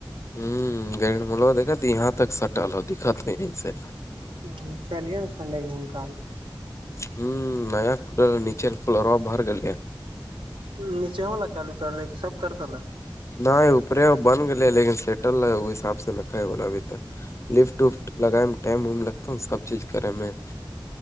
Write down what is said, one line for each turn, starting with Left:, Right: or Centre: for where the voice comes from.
Left: ہوں گر مولو دیکا ت یہاں تک سٹل ہو دت ہو یہیں سے
Right: ہ چلیے نا سنڈے کوومک
Left: ہوں نیا کھل نیچے فول ہو رہوا باہر گلے ہے
Right: نیچے ہو لا چالو کر لے کہ سب کر د ل
Left: ن اوپرے وہ بن گے لیکن سیٹل رہ وہ حساب سے نہکھاائے بولا ابھی تک لفٹ وفٹ لگائے میں ٹائم وم لگتا ہوں سب چیز کرے میں